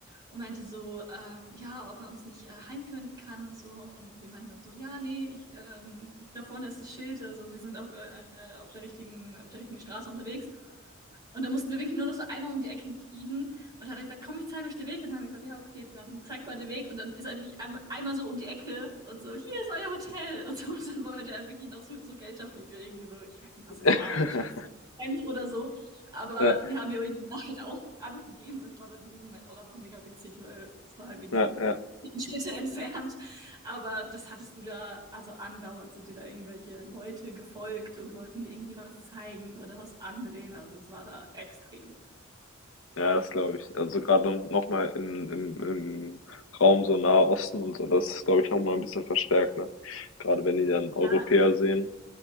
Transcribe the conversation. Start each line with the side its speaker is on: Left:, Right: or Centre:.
Right: und meinte so, ähm, ja, ob er uns nicht äh, heimführen kann und so. Und wir meinten dann so, ja, nee, ich, ähm, da vorne ist das Schild. Also wir sind auf, äh, auf der richtigen, auf der richtigen Straße unterwegs. Und da mussten wir wirklich nur noch so einmal um die Ecke biegen und hat er gesagt, komm, ich zeige euch den Weg. Und dann habe ich gesagt, ja, okay, dann zeig mal den Weg. Und dann ist er wirklich ein, einmal so um die Ecke und so, hier ist euer Hotel. Und, so, und dann wollte er wirklich noch so, so Geld dafür, irgendwie so, ich weiß nicht, was
Left: <laughs>
Right: es waren, wahrscheinlich 20 Cent oder so. Aber
Left: Ja,
Right: die haben mir ihm halt auch einfach gegeben. Es war dann in dem Moment auch einfach mega witzig, weil es war halt wirklich
Left: ja,
Right: so
Left: ja.
Right: zehn Schritte entfernt. Aber das hattest du da, also andauernd sind dir da irgendwelche Leute gefolgt und wollten dir irgendwie was zeigen oder was andrehen. Also es war da extrem.
Left: Ja, das glaube ich. Also, gerade noch mal im im im Raum so Nahe Osten und so, das ist, glaube ich, noch mal 'n bisschen verstärkt, ne? gerade wenn die dann
Right: Ja,
Left: Europäer
Right: die,
Left: sehen,